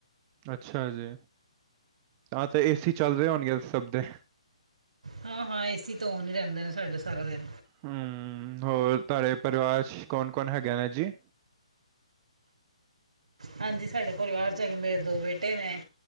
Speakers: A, on the right; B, on the right.
A: ਅੱਛਾ ਜੀ, ਤਾ ਤੇ ਏਸੀ ਚੱਲ ਰੇਯਾ ਹੋਨਗੇ ਅ ਸੱਬ ਦੇ
B: ਹਾਂ, ਹਾਂ ਏਸੀ ਤਾ ਓਨ ਈ ਰੈਂਦੈ ਸਾਡਾ ਸਾਰਾ ਦਿਨ।
A: ਹੂੰ, ਹੋਰ ਤੁਆੜੇ ਪਰੇਵਾਰ ਚ ਕੋਨ ਕੋਨ ਹੈਗੇ ਨੇ ਜੀ?
B: ਹਾਂਜੀ। ਸਾਡੇ ਪਰਿਵਾਰ ਚ ਹੈਗੇ ਨੇ ਮੇਰੇ ਦੋ ਬੇਟੇ ਨੇ,